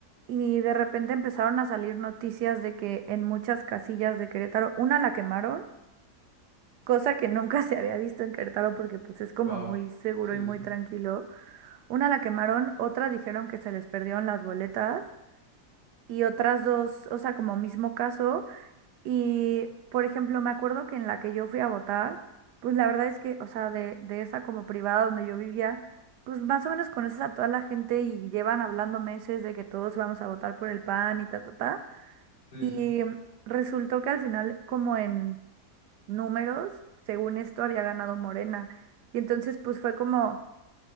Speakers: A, on the right; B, on the left.
A: Y de repente empezaron a salir noticias de que en muchas casillas de Querétaro, una la quemaron, cosa que nunca <laughs> se había visto en Querétaro porque pues es como
B: Wow.
A: muy seguro
B: Sí,
A: y muy
B: sí,
A: tranquilo. Una la quemaron, otra dijeron que se les perdieron las boletas y otras dos, o sea, como mismo caso. Y, por ejemplo, me acuerdo que en la que yo fui a votar, pues la verdad es que, o sea, de, de esa como privada donde yo vivía, pues más o menos conoces a toda la gente y llevan hablando meses de que todos vamos a votar por el PAN y ta, ta, ta.
B: sí,
A: Y
B: sí.
A: resultó que al final, como en números, según esto, había ganado Morena. Y entonces, pues fue como